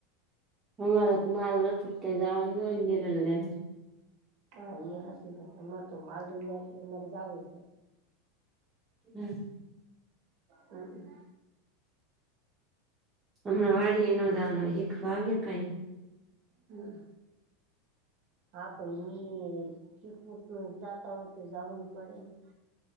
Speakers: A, on the right; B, on the right.
A: હમારા તો માલ નથી જવા ના હોય તો રહે
B: હા એ હસી વાત અમારે તો માલ રહી એટલે અમારે જાવું
A: હમ્મ.
B: હમ્મ હમ્મ.
A: હમણાં વાડી એ નો જવાનું હોય હીખવા આવ્યા કઈ
B: હમ્મ હા <unintelligible> <unintelligible> જાતા હોય તો જાવું એ પડે ને